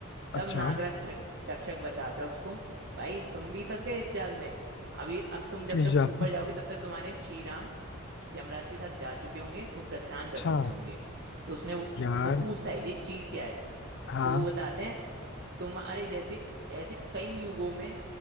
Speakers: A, on the right; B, on the left.
A: तब
B: अच्छा
A: नागराज त- तक्षक बताता है उसको भाई तुम भी फंस गए इस जाल में अभी अब तुम जब
B: किस
A: तक
B: जा
A: ऊपर जाओगे तब तक तुम्हारे श्री राम यमराज के साथ जा चुके होंगे वो प्रस्थान
B: अच्छा
A: कर चुके होंगे तो उसने वो,
B: यार
A: वो पूछता है ये चीज क्या है
B: हाँ
A: तो वो बताते हैं तुम्हारे जैसे ऐसे कई युगों में